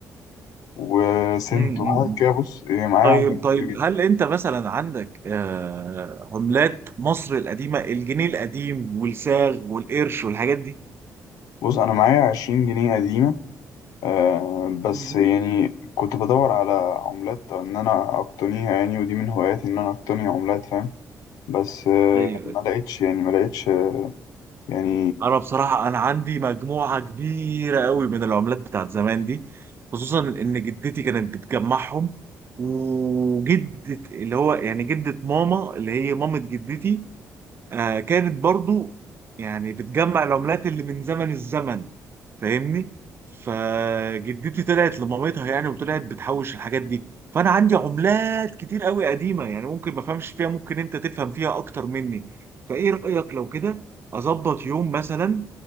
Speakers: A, on the left (about 85°); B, on the right (about 40°).
A: وسنت
B: مم، مم.
A: وحاجات
B: مم.
A: كده بص إيه، معايا
B: طيب
A: عملات كتير
B: طيب
A: جدا
B: هل انت مثلا عندك آه، عملات مصر القديمه الجنيه القديم والساغ والقرش والحاجات دي
A: بص أنا معايا عشرين جنيه قديمة آه بس
B: مم.
A: يعني كنت بدور على عملات إن أنا أقتنيها يعني ودي من هواياتي إن أنا أقتني عملات فاهم بس آه
B: ايوه
A: ما
B: أيوة.
A: لقيتش يعني ما لقيتش يعني
B: انا بصراحه انا عندي مجموعه كبيره قوي من العملات بتاعت زمان دي خصوصا ان جدتي كانت بتجمعهم وجدة اللي هو يعني جدة ماما اللي هي مامة جدتي آه كانت برضو يعني بتجمع العملات اللي من زمن الزمن فاهمني فجدتي طلعت لمامتها يعني وطلعت بتحوش الحاجات دي فانا عندي عملات كتير قوي قديمه يعني ممكن ما افهمش فيها ممكن انت تفهم فيها اكتر مني فايه رايك لو كده اظبط يوم مثلا